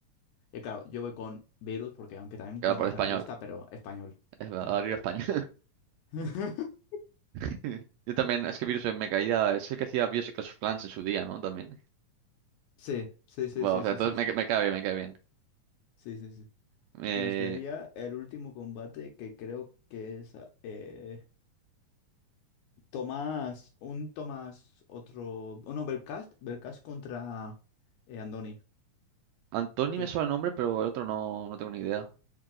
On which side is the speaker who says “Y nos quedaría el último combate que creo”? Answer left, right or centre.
Left